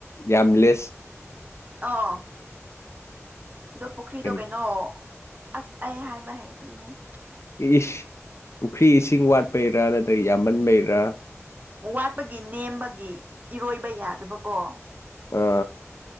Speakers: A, on the left (about 60°); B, on the right (about 30°).
A: ꯌꯥꯝ ꯂꯦꯁ
B: ꯑ ꯑꯗꯣ ꯄꯨꯈ꯭ꯔꯤꯗꯣ
A: ꯀꯔꯤ
B: ꯀꯩꯅꯣ ꯑꯁ ꯑꯩ ꯍꯥꯏꯕ ꯍꯩꯇꯦ ꯅꯪ
A: ꯏꯁ ꯄꯨꯈ꯭ꯔꯤ ꯏꯁꯤꯡ ꯋꯥꯠꯄꯩꯔꯥ ꯅꯠꯇ꯭ꯔꯒ ꯌꯥꯝꯃꯟꯕꯩꯔꯥ
B: ꯋꯥꯠꯄꯒꯤ ꯅꯦꯝꯕꯒꯤ ꯏꯔꯣꯏꯕ ꯌꯥꯗꯕꯀꯣ
A: ꯑ